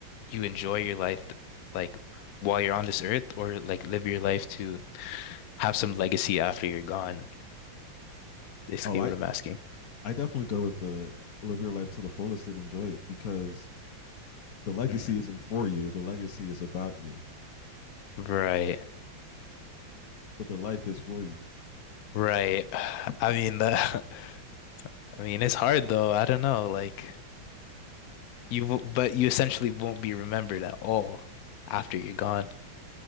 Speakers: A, on the left; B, on the left.
A: you enjoy your life like while you're on this earth, or like live your life to have some legacy after you're gone? Basically,
B: oh i
A: what I'm asking.
B: i definitely go with the live your life to the fullest and enjoy it because the legacy
A: Mhm.
B: isn't for you the legacy is about you
A: Right,
B: but the life is for you
A: right. <sighs> I mean, the <laughs> I mean, it's hard though. I don't know. Like you, w- but you essentially won't be remembered at all after you're gone,